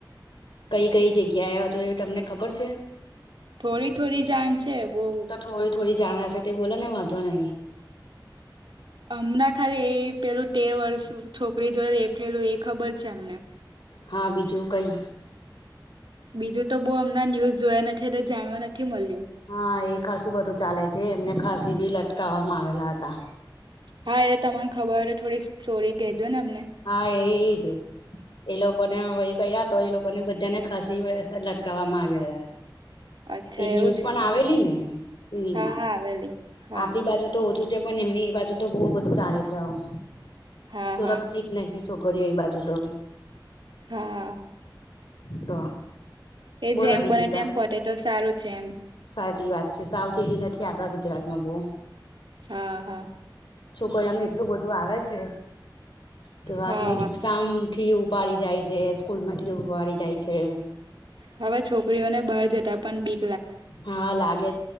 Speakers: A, on the left (about 75°); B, on the right (about 75°).
A: કઈ કઈ જગ્યા એ હતું એ તમને ખબર છે?
B: થોડી થોડી જાણ છે બહુ.
A: તો થોડી થોડી જાણ સાથે બોલો ને વાંધો નહીં.
B: હમણાં ખાલી એ પેલું તેર વર્ષ છોકરી જોડે રેપ થયેલું એ ખબર છે અમને.
A: હા બીજું કઈ?
B: બીજું તો બઉ અમના ન્યુઝ જોયા નથી એટલે જાણવા નથી મળ્યું.
A: હા એ ખાસું બધું ચાલે છે એમને ખાસી ભી લટકાવવામાં આવેલા હતા.
B: હા એટલે તમને ખબર હોય તો થોડીક સ્ટોરી કહેજો ને અમને.
A: હા એ એજ એ લોકોને વહી ક્યા તો એ લોકોને બધાને ફાસી લટકાવામાં આવ્યા હતા.
B: અચ્છા
A: એ ન્યૂઝ
B: એવું છે
A: પણ આવેલી ને ટીવી
B: હા
A: માં.
B: હા આવેલી હા
A: આપણી બાજુ તો ઓછુ છે પણ એમની બાજુ તો બહુ બધું ચાલે છે આવું
B: હા
A: સુરક્ષિત
B: હા
A: નહી છોકરીઓ એ બાજુ તો.
B: હા
A: તો
B: એ
A: બોલો
B: જેમ
A: બીજું
B: બને
A: તા
B: તેમ પટે તો સારું છે એમ.
A: સાચી વાત છે સાવચેતી નથી આપણા ગુજરાતમાં બહુ.
B: હા હા.
A: છોકરીઆનું એટલું બધું આવે છે તો વાત
B: હા
A: નઈ રિક્ષામાંથી એવું ઉપારી જાય છે, સ્કૂલમાંથી ઉપાડી જાય છે.
B: હવે છોકરીઓને બહાર જતા પણ બી
A: હા લાગે